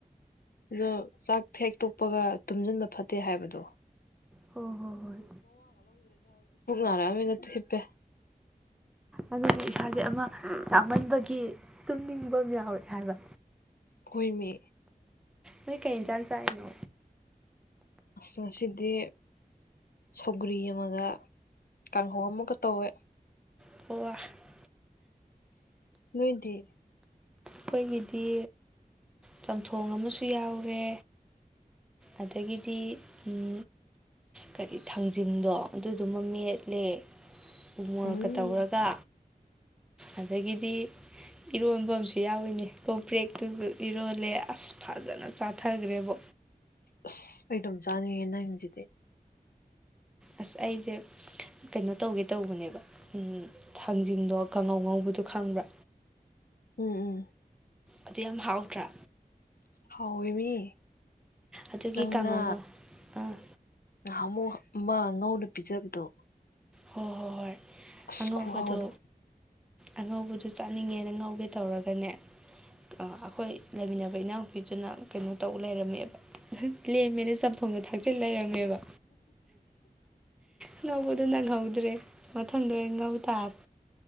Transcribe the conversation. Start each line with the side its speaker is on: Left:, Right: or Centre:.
Left: ꯑꯗꯣ ꯆꯥꯛ ꯍ‌ꯦꯛ ꯊꯦꯛꯇꯣꯛꯄꯒ ꯇꯨꯝꯖꯟꯕ ꯐꯠꯇꯦ ꯍꯥꯏꯕꯗꯣ
Centre: ꯍꯣ ꯍꯣ ꯍꯣꯏ
Left: ꯇꯔꯥ <unintelligible> ꯅ ꯍꯤꯞꯄꯦ
Centre: ꯑꯗꯨꯅ ꯏꯁꯥꯁꯦ ꯑꯃꯥ ꯆꯥꯃꯟꯕꯒꯤ ꯇꯨꯝꯅꯤꯡꯕ ꯑꯃꯥ ꯌꯥꯎꯔꯦ ꯍꯥꯏꯕ
Left: ꯍꫭꯏꯃꯤ
Centre: ꯅꯣꯏ ꯀꯩ ꯌꯦꯟꯁꯥꯡ ꯆꯥꯔꯤꯅꯣ
Left: ꯑꯁ ꯉꯁꯤꯗꯤ ꯁꯧꯒ꯭ꯔꯤ ꯑꯃꯒ ꯀꯥꯡꯍꯧ ꯑꯃꯒ ꯇꯧꯋꯦ
Centre: <unintelligible>
Left: ꯅꯣꯏꯗꯤ
Centre: ꯑꯩꯈꯣꯏꯒꯤꯗꯤ ꯆꯝꯊꯣꯡ ꯑꯃꯁꯨ ꯌꯥꯎꯔꯦ ꯑꯗꯥꯒꯤꯗꯤ ꯎꯝ ꯀꯔꯤ ꯊꯥꯡꯖꯤꯡꯗꯣ ꯑꯗꯨꯗꯨꯃ ꯃꯦꯠꯂꯦ ꯎꯃꯣꯔꯣꯛꯀ
Left: ꯎꯝ
Centre: ꯇꯧꯔꯒ ꯑꯗꯥꯒꯤꯗꯤ ꯏꯔꯣꯟꯕ ꯨ ꯌꯥꯎꯋꯤꯅꯦ ꯀꯣꯝꯄ꯭ꯔꯦꯛꯇꯨꯒ ꯏꯔꯣꯜꯂꯦ ꯑꯁ ꯐꯖꯅ ꯆꯥꯊꯈ꯭ꯔꯦꯕꯣ
Left: ꯑꯁ ꯑꯩ ꯑꯗꯨꯝ ꯆꯥꯅꯤꯡꯉꯦ ꯅꯪꯁꯤꯗꯤ
Centre: ꯑꯁ ꯑꯩꯁꯦ ꯀꯩꯅꯣ ꯇꯧꯒꯦ ꯇꯧꯕꯅꯦꯕ ꯊꯥꯡꯖꯤꯡꯗꯣ ꯀꯥꯡꯉꯧ ꯉꯧꯕꯗꯣ ꯈꯪꯕ꯭ꯔꯥ
Left: ꯎꯝ ꯎꯝ
Centre: ꯑꯗꯨ ꯌꯥꯝ ꯍꯥꯎꯇ꯭ꯔꯥ
Left: ꯍꯥꯎꯋꯦꯃꯤ
Centre: ꯑꯗꯨꯒꯤ
Left: ꯅꯪꯅ
Centre: ꯀꯥꯡꯉꯧ ꯉꯧ ꯑꯥ
Left: ꯉꯍꯥꯟꯃꯨꯛ ꯑꯃ ꯉꯧꯔꯥ ꯄꯤꯖꯕꯗꯣ
Centre: ꯍꯣꯏ ꯍꯣꯏ ꯍꯣꯏ
Left: ꯑꯁ
Centre: ꯑꯉꯧꯕꯗꯣ
Left: ꯈꯨꯍꯥꯎꯗꯣ
Centre: ꯑꯉꯧꯕꯗꯣ ꯆꯥꯅꯤꯡꯉꯦꯅ ꯉꯧꯒꯦ ꯇꯧꯔꯒꯅꯦ ꯑꯩꯈꯣꯏ ꯂꯩꯃꯤꯟꯅꯕ ꯏꯅꯥꯎꯄꯤꯗꯨꯅ ꯀꯩꯅꯣ ꯇꯧ ꯂꯩꯔꯝꯃꯦꯕ ꯂꯦꯝꯃꯦꯅ ꯆꯝꯊꯣꯡꯗꯣ ꯊꯥꯛꯆꯤꯜ ꯂꯩꯔꯝꯃꯦꯕ ꯉꯧꯕꯗꯨ ꯅꯪꯍꯧꯗ꯭ꯔꯦ ꯃꯊꯪꯗꯣ ꯑꯣꯢꯅ ꯉꯧ ꯇꯥꯔꯦ